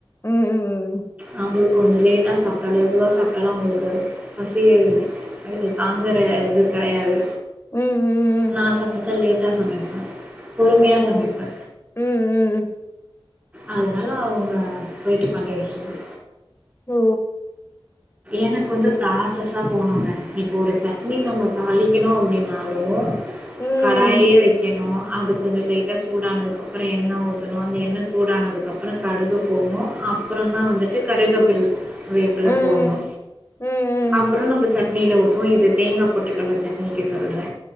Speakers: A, on the left; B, on the right.
A: ம். ம்.
B: அவுங்களுக் கொஞ்ச லேட்டா சாப்ட்டாலு மெதுவா சாப்ட்டாலு அவங்களுக்கு பசி இடு தாங்குற இது கெடையாது
A: ம். ம். ம்.
B: நா சமைச்சா லேட் டா சமைப்பே பொறுமையா
A: ஓ!
B: சமைப்பே
A: ம் ம்
B: அதனால அவுங்க போயிட்டு பண்ணிர்றது
A: ஓ
B: எனக்கு வந்து ப்ராசஸா போனுங்க இப்போ ஒரு சட்னி நம்ம தாளிக்கணு அப்டினாலு
A: ம்
B: கடாயே வைக்கணு அது கொஞ்சோ லைட்டா சூடானதுக்கப்பறோ எண்ண ஊத்தணு அந்த எண்ண சூடானதுக்கப்றோ கடுகு போட்ணு அப்புறந்தா வந்துட்டு கருகாப்பில் வேப்பில
A: ம்
B: போட்ணு
A: ம்
B: அப்புறோ நம்ம சட் னில ஊத்துவோ இது தேங்கா போட்டு கல்ல சட்னிக்கு சொல்றே